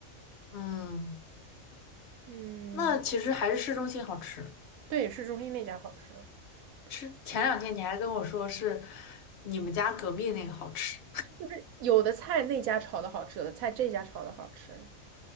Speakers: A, on the left (about 55°); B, on the right (about 80°).
A: 嗯，
B: 嗯，
A: 那其实还是市中心好吃。
B: 对，市中心那家好吃，
A: 吃前两天你还跟我说是
B: 这
A: 你们家隔壁那个好吃。
B: 就是有的菜那家炒的好吃，有的菜这家炒的好吃。